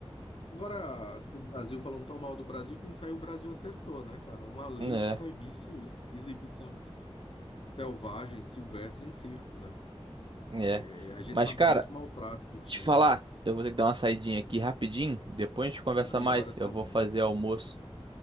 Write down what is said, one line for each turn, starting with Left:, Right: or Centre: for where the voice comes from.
Left: Agora, do Brasil, falando tão mal do Brasil, quem saiu o Brasil acertou, né, cara? Uma lei
Right: É,
Left: pra proibir isso aí. Exibição selvagem, silvestre em circo, né?
Right: é.
Left: É, a gente
Right: Mas,
Left: sabe
Right: cara,
Left: de muito maltrato que tinha.
Right: te falar, eu vou ter que dar uma saidinha aqui rapidinho. Depois a gente conversa
Left: Na minha
Right: mais.
Left: hora também.
Right: Eu vou fazer almoço.